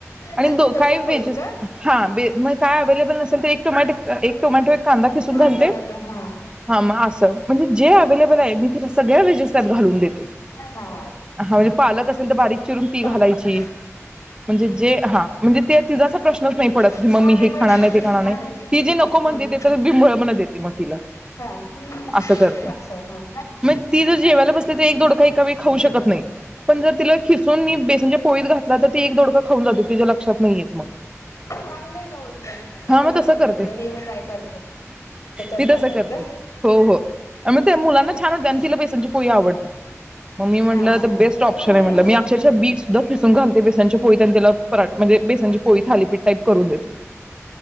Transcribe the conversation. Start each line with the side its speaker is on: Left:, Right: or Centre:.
Right: आणि
Left: त्या
Right: दो
Left: बेसन
Right: काय
Left: पोळीत
Right: वेजीस
Left: का
Right: हा म काय अवेलेबल नसेल, तर एक टोमॅटो एक टोमॅटो एक कांदा खिसून
Left: हा
Right: घालते.
Left: टोमॅटो हा
Right: हा म असं म्हणजे जे अवेलेबल आहे मी तिला स सगळ्या वेजेस त्यात घालून देते.
Left: हा
Right: हा म्हणजे पालक असेल तर बारीक चिरून ती
Left: पालक
Right: घालायची म्हणजे जे हा म्हणजे ते तिचा असा प्रश्नच नाही पडत
Left: काले
Right: की मम्मी हे
Left: बाई
Right: खाणार
Left: एवढी
Right: नाही ते खाणार
Left: भांड्याची
Right: नाही
Left: होते
Right: ती जे नको म्हणतेे
Left: हम्म
Right: ते तर बिंबळ म्हणत देते. मग तिला
Left: हा हूं
Right: असं करते.
Left: असं हं
Right: मग ती जर जेवायला बसली तर एक दोडका एका वेळी खाऊ शकत नाही. पण जर तिला खिसून मी बेसनच्या पोळीत घातल. तर ती एक दोडका खाऊन जाते तिच्या लक्षात नाही येत मग
Left: चांगलं आहे ना उलट हे
Right: हा मग
Left: मला
Right: तस
Left: माहित नव्हतं
Right: करते
Left: हे मी ट्राय करते त्याच्यात
Right: मी
Left: घालायचं
Right: तस करते हो हो म त्या मुलांना छान होते आणि तिला बेसनची पोळी आवडती म मी म्हटल
Left: हा
Right: बेस्ट ऑप्शन
Left: फोन नाही
Right: हाय म्हटल
Left: झाला
Right: मी
Left: आम्हाला.
Right: अक्षरशः बीटसुद्धा खिसुन घालते. बेसनच्या पोळी त्याला पराठा म्हणजे बेसनची पोळी थालीपीठ टाईप करून देते